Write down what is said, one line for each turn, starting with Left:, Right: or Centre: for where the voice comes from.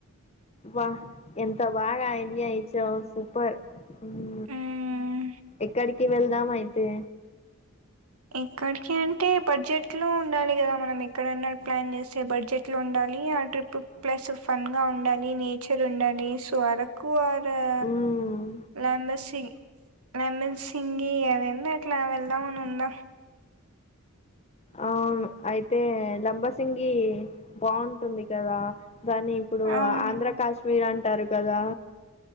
Left: వాహ్ ఎంత బాగా ఐడియా ఇచ్చావ్ సూపర్ ఉహు
Right: ఉమ్
Left: ఎక్కడి కి వెళ్దామ అయితే
Right: ఎక్కడికంటే బడ్జెట్లో ఉండాలి, గదా? మనం ఎక్కడన్నా ప్లాన్ చేస్తే, బడ్జెట్లో ఉండాలి ఆ ట్రిప్పు. ప్లస్ ఫన్ గా ఉండాలి, నేచర్ ఉండాలి, సో అర కు ఆర్ ఆ
Left: ఉమ్
Right: లంబసింగ్ లంబసింగి ఆ రెండిట్లో వెళ్దాం అ నుంద
Left: అవును అయితే లంబసింగి బాగుంటుంది. కదా దాన్ని ఇప్పుడు
Right: అవును
Left: ఆ ఆంధ్ర కాస్ మీరంటారు కదా